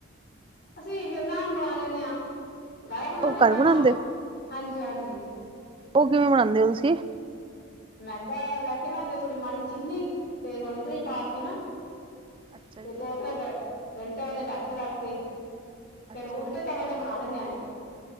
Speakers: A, on the left; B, on the right.
A: ਅਸੀਂ ਵੀ ਨਾਨ ਬਣਾ ਲੈਂਨ ਆ, ਘਰ ਬਣਾ
B: ਉਹ
A: ਲੈਂਣੇ ਆ ਨਾਨ
B: ਬਣਾਉਂਦੇ
A: ਤਾਂ ਹਾਂਜੀ-ਹਾਂਜੀ।
B: ਓ ਕਿਵੇਂ ਬਣਾਣੇ ਓ ਤੁਸੀਂ
A: ਮੈਦਾ ਲੈ ਕੇ ਨਾ ਓਦੇ ਚ ਥੋੜੀ ਮਾੜੀ ਚੀਨੀ ਤੇ ਥੋੜੀ ਦਈ
B: ਹਾਂ,
A: ਪਾਤੀ ਨਾ,
B: ਅੱਛਾ ਜੀ
A: ਦੋ-ਤ੍ਰੈ ਘੰਟ ਘੰਟਾ ਦੇ ਡਾਕੇ ਰੱਖ ਤੇ ਫੇਰ
B: ਅੱਛਾ
A: ਉਲਟੇ
B: ਜੀ
A: ਤਵੇ ਤੇ ਬਣਾ ਦਿੰਣੇ ਆ।